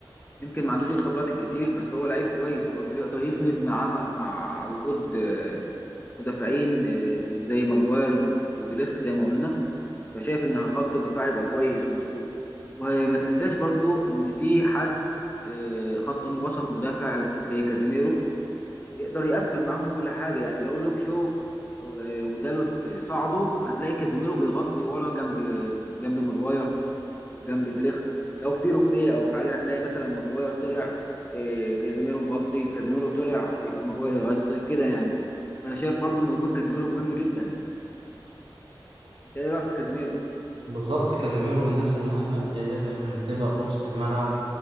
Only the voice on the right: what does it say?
بالظبط كازيميرو من الناس المهمة اللي لازم تبقى في نص الملعب